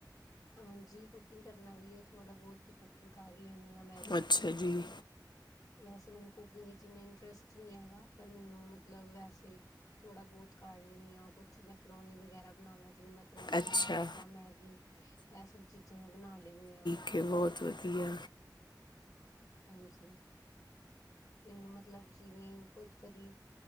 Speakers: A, on the left; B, on the left.
A: ਹਾਂਜੀ, ਕੁਕਿੰਗ ਕਰਨਾ ਵੀ ਹੈ ਥੋੜ੍ਹਾ ਬਹੁਤ ਕੁਕਿੰਗ ਕਰ ਲੈਂਦੀ ਹਾਂ ਮੈਂ ਵੀ।
B: ਅੱਛਾ ਜੀ
A: ਵੈਸੇ ਮੈਨੂੰ ਕੁਕਿੰਗ ਵਿੱਚ ਇੰਨਾ ਇੰਟਰਸਟ ਨਹੀਂ ਹੈਗਾ ਪਰ ਮੈਨੂੰ ਮਤਲਬ ਵੈਸੇ, ਥੋੜਾ ਬਹੁਤ ਕਰ ਲੈਂਣੀ ਹਾਂ ਕੁਛ ਮੈਕਰੋਨੀ ਵਗੈਰਾ ਬਣਾਣਾ ਚ ਵੀ ਮੈਂਕਰੋਣੀ,
B: ਅੱਛਾ
A: ਪਾਸਤਾ, ਮੈਗੀ ਇਹ ਸਭ ਚੀਜ਼ਾਂ ਮੈਂ ਬਣਾ ਲੈਂਦੀ ਹਾਂ।
B: ਕਿ ਬਹੁਤ ਵਧੀਆ।
A: ਹਾਂਜੀ, ਮੈਨੂੰ ਮਤਲਬ ਜਿਵੇਂ ਕੁਝ ਕਦੀ